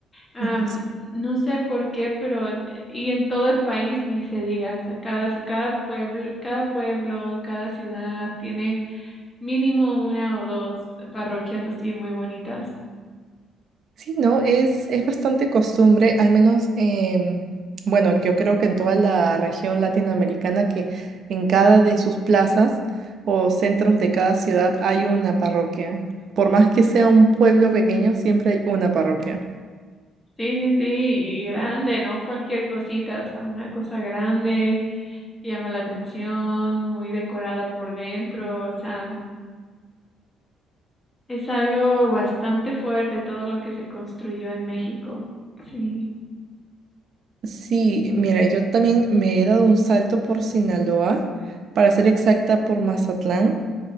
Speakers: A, on the left; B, on the right.
A: Am,
B: es-
A: no sé por qué, pero, en- eh, y en todo el país ni se diga, o sea, cada, cada pueblo, cada pueblo, cada ciudad tiene mínimo una o dos parroquias así muy bonitas.
B: Sí, no, es, es bastante costumbre, al menos, em, bueno, yo creo que en toda la región latinoamericana, que en cada de sus plazas o centros de cada ciudad hay una parroquia. Por más que sea un pueblo pequeño, siempre hay una parroquia.
A: Sí, sí, sí, y grande, no cualquier cosita, o sea, una cosa grande que llama la atención, muy decorada por dentro, o sea, es algo bastante fuerte todo lo que se construyó en México. Sí,
B: Sí, mira, yo también me he dado un salto por Sinaloa, para ser exacta, por Mazatlán.